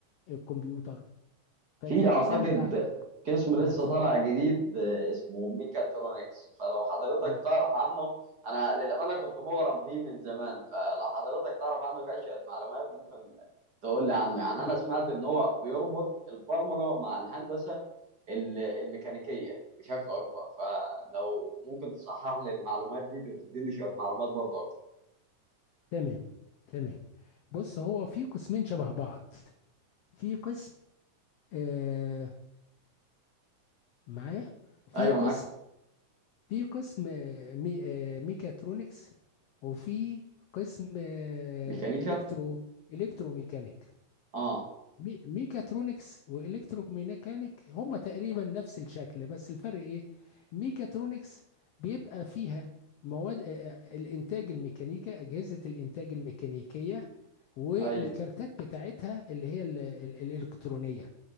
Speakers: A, on the left; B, on the right.
A: الكمبيوتر فدي
B: في اعتقد
A: اقسام متعدده
B: قسم لسه
A: هتفضل
B: طالع جديد آه، اسمه ميكاترونكس فلو حضرتك
A: إيه؟
B: تعرف عنه انا للامانه كنت مغرم بيه من زمان فلو حضرتك تعرف عنه كشويه معلومات ممكن تقول لي عنه يعني
A: تمام
B: انا سمعت ان هو بيربط البرمجه مع الهندسه ال- الميكانيكيه بشكل اكبر فلو ممكن تصحح لي المعلومات دي, دي وتديني شويه معلومات برضه اكتر
A: تمام تمام بص هو في قسمين شبه بعض في قسم آه، معايا في
B: ايوه
A: قسم
B: معاك
A: في قسم آه، مي- آه، ميكاترونكس وفي قسم آه،
B: ميكانيكا
A: الكترو الكتروميكانيك
B: اه
A: مي- ميكاترونكس والكتروميكانيك هما تقريبا نفس الشكل بس الفرق ايه ميكاترونكس بيبقى فيها مواد آه، آه، الانتاج الميكانيكا اجهزة الانتاج الميكانيكية والكارتات
B: ايوه
A: بتاعتها اللي هي ال- ال- الالكترونية